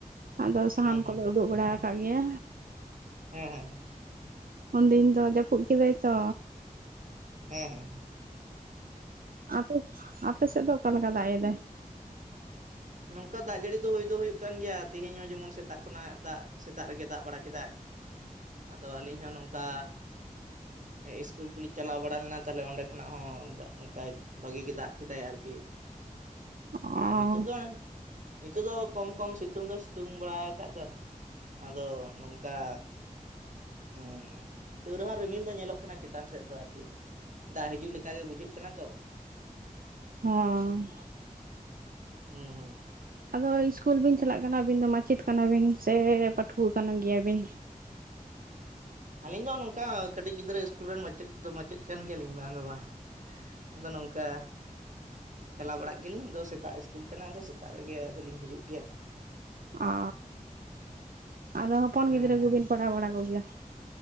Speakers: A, on the right; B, on the right.
A: ᱟᱫᱚ ᱥᱟᱦᱟᱱ
B: ᱦᱩᱸ ᱦᱩᱸ
A: ᱠᱚᱞᱮ ᱩᱰᱩᱠ ᱵᱟᱲᱟ ᱠᱟᱜ ᱜᱮᱭᱟ᱾
B: ᱦᱮᱸᱻ ᱦᱮᱸᱻ ᱦᱮᱸ᱾
A: ᱩᱱᱫᱤᱱ ᱫᱚ ᱡᱟᱹᱯᱩᱫ ᱠᱮᱫᱟᱭ ᱛᱚ᱾
B: ᱦᱮᱸᱻᱦᱮᱸᱻᱦᱮᱸ᱾
A: ᱟᱫᱚ ᱟᱯᱮ ᱥᱮᱫ ᱫᱚ ᱚᱠᱟ ᱞᱮᱠᱟ ᱫᱟᱜ ᱮᱫᱟᱭ᱾
B: ᱱᱚᱝᱠᱟ ᱫᱟᱜ ᱡᱟᱹᱲᱤ ᱫᱚ ᱦᱩᱭ ᱫᱚ ᱦᱩᱭᱩᱜ ᱠᱟᱱ ᱜᱮᱭᱟ ᱛᱮᱦᱮᱸᱧ ᱦᱚᱸ ᱡᱮᱢᱚᱱ ᱥᱮᱛᱟᱜ ᱠᱷᱚᱱᱟᱜ ᱫᱟᱜᱼᱼ ᱥᱮᱛᱟᱜ ᱨᱮᱜᱮ ᱫᱟᱜ ᱵᱟᱲᱟ ᱠᱮᱫᱟᱭ ᱟᱫᱚ ᱟᱹᱞᱤᱧ ᱦᱚᱸ ᱱᱚᱝᱠᱟᱼᱼ ᱤᱥᱠᱩᱞ ᱠᱚᱞᱤᱧ ᱪᱟᱞᱟᱣ ᱵᱟᱲᱟ ᱞᱮᱱᱟ ᱛᱟᱦᱚᱞᱮ ᱚᱸᱰᱮ ᱠᱷᱚᱱᱟᱜ ᱦᱚᱸ ᱚᱱᱠᱟᱭ ᱵᱷᱟᱹᱜᱤ ᱜᱮ ᱫᱟᱜ ᱠᱮᱫᱟᱭ ᱟᱨᱠᱤ
A: ᱚ
B: ᱟᱨ ᱱᱤᱛᱚᱜ ᱫᱚ ᱱᱤᱛᱚᱜ ᱫᱚ ᱠᱚᱢ ᱠᱚᱢ ᱥᱤᱛᱩᱝ ᱫᱚ ᱥᱤᱛᱩᱝ ᱵᱟᱲᱟ ᱟᱠᱟᱫᱟ ᱫᱚ ᱟᱫᱚ ᱱᱚᱝᱠᱟ ᱚᱸ ᱛᱟᱹᱨᱮᱦᱚᱸ ᱨᱤᱢᱤᱞ ᱫᱚ ᱧᱮᱞᱚᱜ ᱠᱟᱱᱟ ᱪᱮᱛᱟᱱ ᱥᱮᱫ ᱫᱚ ᱟᱨᱠᱤ ᱫᱟᱜ ᱦᱤᱡᱩᱜ ᱞᱮᱠᱟ ᱜᱮ ᱵᱩᱡᱷᱟᱹᱜ ᱠᱟᱱᱟ ᱛᱚ
A: ᱦᱮᱸ᱾
B: ᱦᱩᱸ ᱦᱩᱸ ᱦᱩᱸ᱾
A: ᱟᱫᱚ ᱤᱥᱠᱩᱞ ᱵᱤᱱ ᱪᱟᱞᱟᱜ ᱠᱟᱱᱟ, ᱟᱹᱵᱤᱱ ᱫᱚ ᱢᱟᱪᱮᱫ ᱠᱟᱱᱟᱵᱤᱱ ᱥᱮ ᱯᱟᱹᱴᱷᱩᱣᱟᱹ ᱠᱟᱱ ᱜᱮᱭᱟ ᱵᱤᱱ᱾
B: ᱟᱹᱞᱤᱧ ᱫᱚ ᱱᱚᱝᱠᱟ ᱠᱟᱹᱴᱤᱡ ᱜᱤᱫᱽᱨᱟᱹ ᱥᱠᱩᱞ ᱨᱮᱱ ᱢᱟᱪᱮᱫ ᱫᱚ ᱢᱟᱪᱮᱫ ᱠᱟᱱ ᱜᱮᱭᱟᱞᱤᱧ ᱵᱟᱝ ᱫᱚ ᱵᱟᱝ᱾ ᱟᱫᱚ ᱱᱚᱝᱠᱟ ᱪᱟᱞᱟᱣ ᱵᱟᱲᱟᱜ ᱜᱮᱭᱟᱞᱤᱝ, ᱟᱫᱚ ᱥᱮᱛᱟᱜ ᱤᱥᱠᱩᱞ ᱠᱟᱱᱟ, ᱟᱫᱚ ᱥᱮᱛᱟᱜ ᱨᱮᱜᱮ ᱟᱫᱚᱞᱤᱧ ᱦᱤᱡᱩᱜ ᱜᱮᱭᱟ᱾
A: ᱚ ᱟᱫᱚ ᱦᱚᱯᱚᱱ
B: ᱦᱮᱸ
A: ᱜᱤᱫᱽᱨᱟᱹ
B: ᱦᱮᱸ
A: ᱜᱮᱵᱤᱱ ᱯᱟᱲᱦᱟᱣ ᱵᱟᱲᱟ ᱠᱚ ᱜᱮᱭᱟ᱾